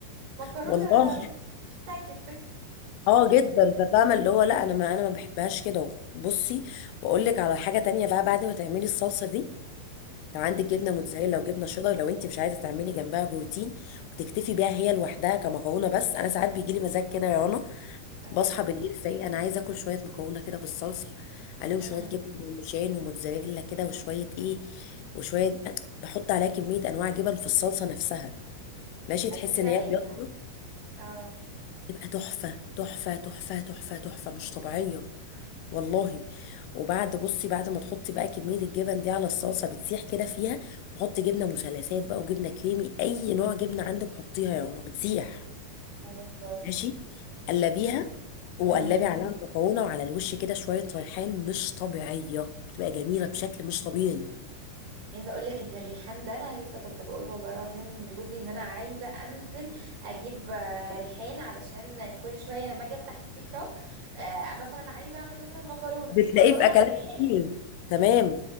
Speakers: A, on the right; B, on the left.
A: مكرونه
B: والله
A: اشتكت
B: اه جدا ففاهمه اللي هو لا انا ما انا ما بحبهاش كده بصي واقول لك على حاجه تانية بقى بعد ما تعملي الصلصه دي لو
A: <laughs>
B: عندك
A: قوليلي.
B: جبنه موتزاريلا وجبنه شيدر لو انت مش عايزه تعملي جنبها بروتين وتكتفي بيها هي لوحدها كمكرونه بس انا ساعات بيجي لي مزاج كده يا رنا
A: اه
B: بصحى بالليل فايقه انا عايزه اكل شويه مكرونه كده بالصلصه عليهم
A: امم
B: شويه جبنه بارميجان وموتزاريلا كده وشويه ايه وشويه بحط عليها كميه انواع جبن في الصلصه نفسها ماشي
A: على
B: تحس
A: فكره
B: ان هي
A: هي
B: بيضه
A: اه
B: تبقى تحفه تحفه تحفه تحفه تحفه مش طبيعيه والله وبعد بصي بعد ما تحطي بقى كمية الجبن دي على الصلصة بتسيح كده فيها وحطي جبنة مثلثات بقى وجبنة كريمي أي نوع جبنة عندك حطيها يا رنا بتسيح
A: اه والله
B: ماشي قلبيها وقلبي
A: امم
B: عليها المكرونة وعلى الوش كده شوية ريحان مش طبيعية بتبقى جميلة بشكل مش طبيعي
A: عايزه اقول لك ان الريحان ده انا لسه كنت بقول والله العظيم لجوزي ان انا عايزه انزل اجيب آه، ريحان علشان كل شويه لما اجي افتح التيك توك آه، مثلا عايزه اعمل مثلا مكرونه
B: بتلاقيه
A: مكرونه
B: في أكلات
A: بالريحان
B: كتير تمام